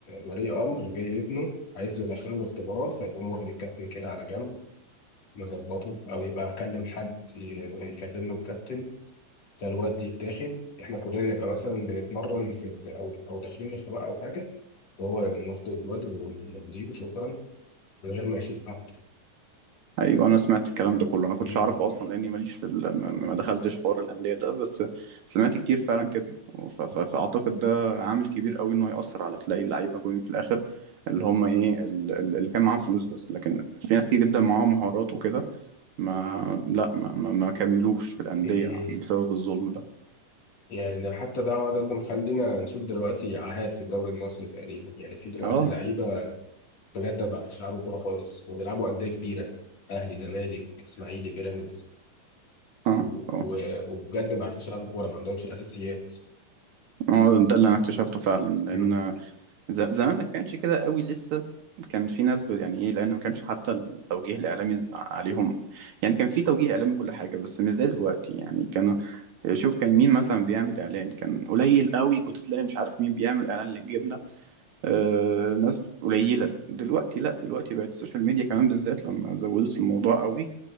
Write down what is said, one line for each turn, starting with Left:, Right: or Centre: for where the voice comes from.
Left: ولي امر جاي لابنه عايز يدخله الاختبارات فيقوم واخد الكابتن كده على جنب مظبطه او يبقى مكلم حد ي- يكلم له الكابتن فالواد يتاخد احنا كلنا نبقى مثلا بنتمرن في ال- او او داخلين الاختبار او حاجه وهو يقوم واخد الواد ومضيه وشكرا من غير ما يشوف حد
Right: ايوه انا سمعت الكلام ده كله انا كنتش
Left: مم.
Right: اعرفه اصلا لاني ماليش في ال... ما ما دخلتش حوار الانديه ده بس سمعت كتير فعلا كده ف... ف... فاعتقد ده عامل كبير قوي انه ياثر على تلاقي اللعيبه جوين في الاخر اللي هم ايه ال- ال- اللي كان معاهم فلوس بس لكن في ناس كتير جدا معاهم مهارات وكده ما لا ما ما, ما كملوش في الانديه
Left: مم. مم.
Right: بسبب الظلم ده
Left: يعني حتى ده ده اللي مخلينا نشوف دلوقتي عاهات في الدوري المصري تقريبا يعني في دلوقتي
Right: اه
Left: لعيبه بجد ما بيعرفوش يلعبوا كورة خالص وبيلعبوا أندية كبيرة أهلي زمالك إسماعيلي بيراميدز
Right: اه
Left: و-
Right: اه
Left: و- وبجد ما بيعرفوش يلعبوا كورة ما عندهمش الأساسيات
Right: هو ده اللي انا اكتشفته فعلا لان
Left: مم.
Right: ز- زمان ما كانش كده قوي لسه كان في ناس ب- يعني ايه لان ما كانش حتى التوجيه الاعلامي ز- عليهم يعني كان في توجيه اعلامي كل حاجه بس مش زي دلوقتي يعني كانوا شوف كان مين مثلا بيعمل اعلان كان قليل قوي كنت تلاقي مش عارف مين بيعمل اعلان للجبنه آه ناس قليله دلوقتي لا دلوقتي بقت السوشيال ميديا كمان بالذات لما زودت الموضوع قوي